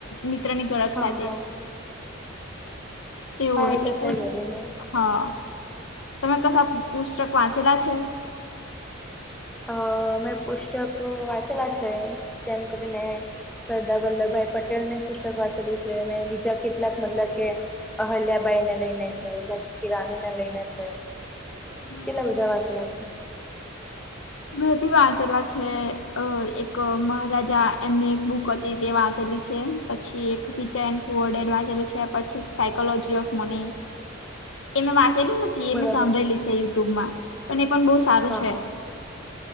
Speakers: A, on the left; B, in the centre.
A: મિત્રની ગરજ
B: હા
A: સાજે.
B: હા
A: એવું
B: હા
A: એટલે
B: એ તો છે જોડીને
A: હા, તમે કશો પુસ્તક વાંચેલા છે?
B: અ મે પુસ્તકો વાંચેલા છે, જેમ કરીને સરદાર વલ્લભભાઈ પટેલની પુસ્તક વાંચલી છે. અને બીજા કેટલાક મતલબ કે અહલ્યાબાઈ ને લઈને છે જસકિ રાની ને લઈને છે.
A: બરાબર.
B: કેટલા બધા વાચેલા છે.
A: મેભી વાંચેલા છે એક મહારાજા એમને એક બુક હતી તે વાંચેલી છે. પછી એક રિચ એન્ડ પુવર્ડેડ વાંચેલું છે. પછી એક સાયકોલોજી ઓફ મની.
B: <inaudible>
A: એ મે વાંચેલી નથી
B: બરાબર
A: એ મે સાંભળેલી છે યુટ્યુબમાં, પણ એ પણ બોઉ સારું
B: હા
A: છે.
B: હા